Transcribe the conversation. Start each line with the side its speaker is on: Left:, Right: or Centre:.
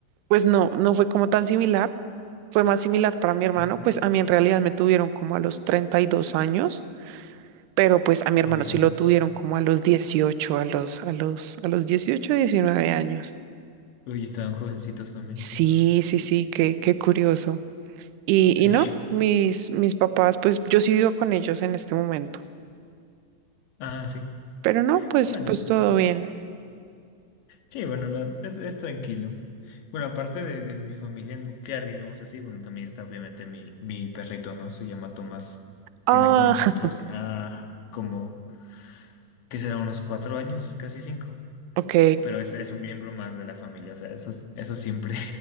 Right: pues no, no fue como tan similar. Fue más similar para mi hermano.
Left: Ujú.
Right: Pues a mí en realidad me tuvieron como a los 32 años, pero pues a mi hermano
Left: Oh, ya.
Right: sí lo tuvieron como a los 18, a los, a los, a los 18 19 años.
Left: Uy, estaban jovencitos también,
Right: Sí,
Left: sí.
Right: sí, sí, qué, qué curioso. Y,
Left: Sí,
Right: y no, mis, mis papás, pues yo sí vivo con ellos en este momento.
Left: <laughs> ah, sí.
Right: Pero no, pues,
Left: Bueno,
Right: pues todo bien.
Left: sí, bueno, la- es, es tranquilo. Bueno, aparte de, de mi familia nuclear, digamos así, bueno, también está obviamente mi, mi perrito, ¿no? Se llama Tomás.
Right: Ah,
Left: Tiene con nosotros
Right: <laughs>
Left: ya como, ¿qué será? Unos cuatro años, casi cinco.
Right: ok.
Left: Pero es, es un miembro más de la familia, o sea, eso, es- eso siempre.